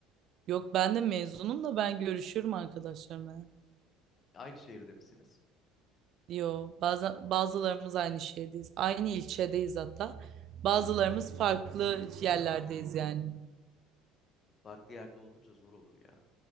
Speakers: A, on the right (about 50°); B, on the left (about 35°).
A: Yok ben de mezunum da ben görüşürüm arkadaşlarımla.
B: Aynı şehirde misiniz?
A: Yo bazen bazılarımız aynı şehirdeyiz. Aynı ilçedeyiz hatta. Bazılarımız farklı yerlerdeyiz yani.
B: Farklı yerde olunca zor olur ya.